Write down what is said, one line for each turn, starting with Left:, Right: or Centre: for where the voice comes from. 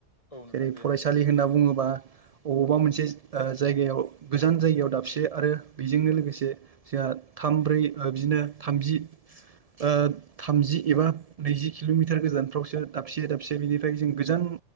Left: औ नोंथां
Right: जेरै
Left: गैयामोन
Right: फरायसालि होनना बुंङोबा अबावबा मोनसे ओ जायगायाव गोजान जायगायाव दाबसे आरो बेजोंनो लोगोसे जोंहा थाम ब्रै बिदिनो थामजि ओ थामजि एबा नैजि किल'मिटार गोजानफ्रावसो दाबसे दाबसे बिनिफ्राय जों गोजान